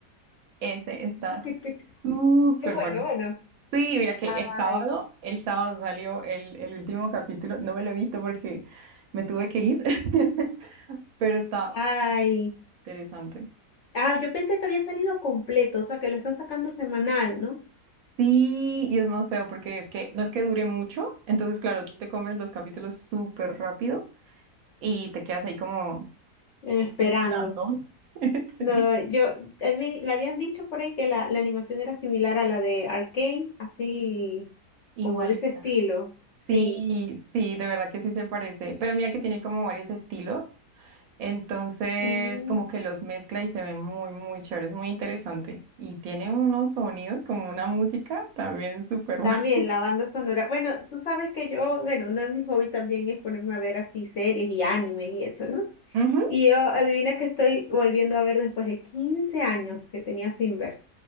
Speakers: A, on the right; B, on the left.
A: Ese está
B: <laughs>
A: súper
B: Es bueno,
A: bueno.
B: bueno.
A: Sí, mira que
B: Ay,
A: el sábado, el sábado salió el, el último capítulo. No me lo he visto porque me tuve que ir, <laughs> pero está
B: ay.
A: interesante.
B: Ah, yo pensé que había salido completo, o sea, que lo están sacando semanal, ¿no?
A: Sí, y es más feo porque es que no es que dure mucho, entonces claro, tú te comes los capítulos súper rápido y te quedas ahí como
B: Eh, esperando.
A: esperando. <laughs> Sí,
B: No, yo, a mí me habían dicho por ahí que la, la animación era similar a la de Arcane, así
A: igualita.
B: como de ese estilo, sí.
A: Sí, sí, de verdad que sí se parece, pero mira que tiene como varios estilos, entonces
B: Mm,
A: como que los mezcla y se ve muy, muy chévere, es muy interesante y tiene unos sonidos como una música también súper buena.
B: También la banda sonora. Bueno, tú sabes que yo, bueno, uno de mis hobbies también es ponerme a ver así series y animes y eso, ¿no?
A: <laughs> Ujú.
B: Y yo, adivina que estoy volviendo a ver después de 15 años que tenía sin ver.